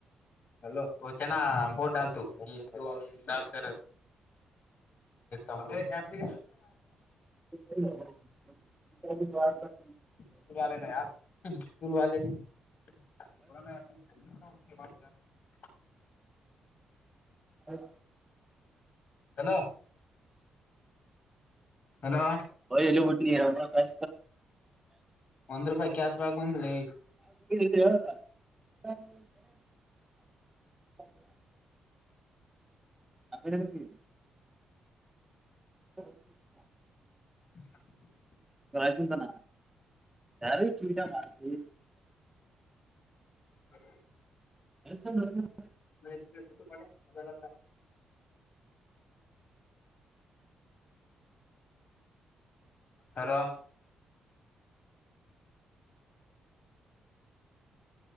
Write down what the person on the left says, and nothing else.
Hello ವೊ ಚನಾ ಬೋತ್ ಡಾಲತು ಏಕ್ ದೋ ಏಕ್ ಡಾಲ್ ಕರ. ಅಬೆ.
ಸ್ಕೂಲ್ ವಲೆನಿ ಯಾರ್ school ವಲೆನಿ. <inaudible>
Hello. Hello.
ಒಂದ್ ರೂಪಾಯಿ ಕ್ಯಾಶ್ ಬ್ಯಾಕ್ ಬಂದ್ದುಲೆ.
<inaudible>
<inaudible>
ಮ ಕ್ರಿಕಟ್ ನತ ಪ ಮಾ ನ <inaudible> ಹಲೋ.